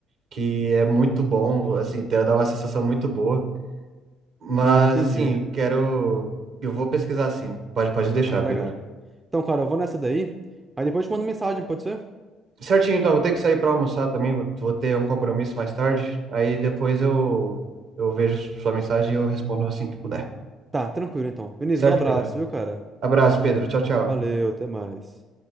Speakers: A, on the right; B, on the right.
A: Que é muito bom, assim, te- dá uma sensação muito boa. Mas
B: Não, entendi.
A: assim, eu quero. Eu vou pesquisar sim. Pode, pode deixar,
B: Não, legal.
A: Pedro.
B: Então, cara, eu vou nessa daí. Aí depois eu te mando mensagem, pode ser?
A: Certinho, então, vou ter que sair para almoçar também, vou, vou ter um compromisso mais tarde. Aí depois eu, eu vejo sua mensagem e eu respondo assim que puder.
B: Tá, tranquilo então. Vinícius,
A: Certo,
B: um abraço,
A: Pedro?
B: viu, cara?
A: Abraço, Pedro. Tchau, tchau.
B: Valeu, até mais.